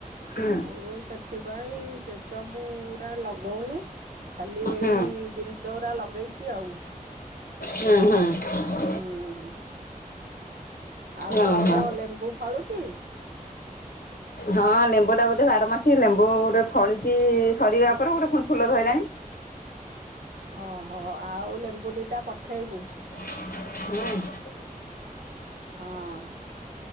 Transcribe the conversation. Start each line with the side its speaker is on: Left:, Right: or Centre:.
Left: ହୁଁ
Right: ଆଉ ସେଥିପାଇଁ ସେସବୁୁରା ଲଗଉନି। ଖାଲି ଏଇ
Left: ହୁଁ।
Right: ଜିନିଷ ଗୁଡ଼ା ଲଗେଇଛି ଆଉ।
Left: ହୁଁ ହୁଁ।
Right: ହୁଁ ଆଉ
Left: ଓହୋ
Right: ତୋର ଲେମ୍ବୁ ଫଳୁଛି।
Left: ହଁ ଲେମ୍ବୁ ଟା ବୋଧେ ବାରମାସ ଲେମ୍ବୁ ଗୋଟେ ଫଳିଛି ସରିବା ପରେ ଗୋଟେ ପୁଣି ଫୁଲ ଧଇଲାଣି।
Right: ଓହୋ ଆଉ ଲେମ୍ବୁ ଦିଇଟା ପଠେଇବୁ।
Left: ହଁ।
Right: ହଁ।